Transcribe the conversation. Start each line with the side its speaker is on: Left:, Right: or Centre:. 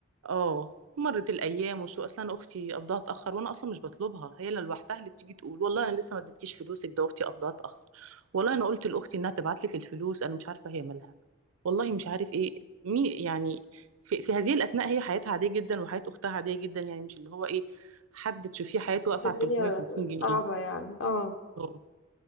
Right: اه مرت الايام وشو اصلا اختي قبضها اتاخر وانا اصلا مش بطلبها هي اللي لوحدها اللي بتيجي تقول والله انا لسه ما اديتكيش فلوسك ده اختي قبضها اتاخر والله انا قلت لاختي انها تبعت لك الفلوس انا مش عارفه هي مالها والله مش عارف ايه مي يعني في, في هذه الاثناء هي حياتها عاديه جدا وحياه اختها عاديه جدا يعني مش اللي هو ايه حد تشوفيه حياته واقفه
Left: بس الدنيا
Right: على 350 جنيه
Left: صعبه يعني اه
Right: أوه.